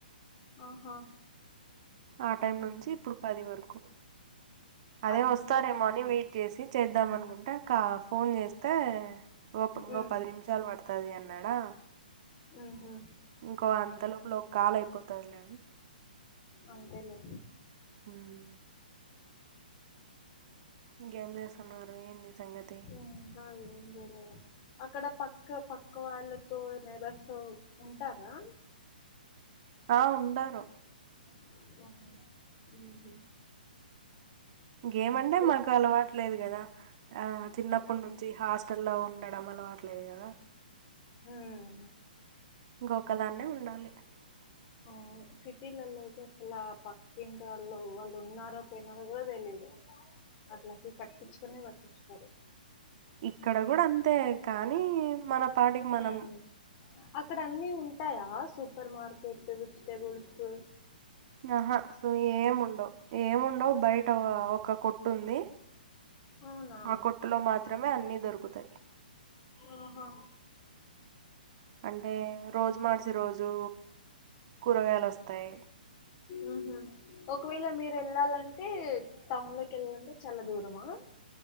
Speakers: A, on the left; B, on the right.
A: ఆహా
B: ఆ టైం నుంచి ఇప్పుడు పది వరకు అదే
A: అట్లుంటే
B: వస్తారేమో
A: అసలు
B: అని వెయిట్ చేసి చేద్దాము అనుకుంటే అక్క ఫోన్ చేస్తే ఇది <unintelligible>
A: ఉమ్
B: పది నిమిషాలు పడుతాది అన్నాడా
A: ఆమ్ హా
B: ఇంకో అంత లోపల ఒక కాలు అయిపోతాది లెండి
A: అంతే లే
B: ఆమ్ ఇంగేం చేస్తున్నారు ఏంది సంగతి
A: ఇంకా ఏం చేయలేదండి అక్కడ పక్క పక్క వాళ్ళతో నైబర్స్తో ఉంటారా
B: ఆ ఉంటారు
A: <unintelligible>
B: గేమంటే
A: అదే
B: మాకు అలవాట్లేదు కదా ఆ చిన్నప్పటి నుంచి హాస్ టెల్ లో ఉండడం అలవాట్లేదు గదా
A: హమ్
B: ఇంకొకదాన్నే ఉండాలి <inaudible>
A: అవును సిటీలలో అయితే అసల పక్కింటి వాళ్ళు వాళ్ళు ఉన్నారో పోయినారో కూడా తెలియదు అట్లా అసలు పట్టించుకునే పట్టించుకోరు
B: ఇక్కడ కూడా అంతే కానీ మన పాటికి
A: హమ్
B: మనం
A: అక్కడ అన్ని ఉంటాయా సూపర్ మార్కెట్ వెజిటబుల్స్
B: ఆహా సో ఏముండవు ఏముండవు
A: ఓ
B: బయట ఒక కొట్టు ఉంది
A: అవునా
B: ఆ కొట్టులో మాత్రమే అన్ని దొరుకుతాయి
A: ఆహా
B: అంటే రోజు మార్చి రోజు కూరగాయలు వస్తాయి
A: ఆమ్ హా ఒకవేళ మీరు వెళ్ళాలంటే టౌన్ లోకి వెళ్ళాలంటే చాలా దూరమా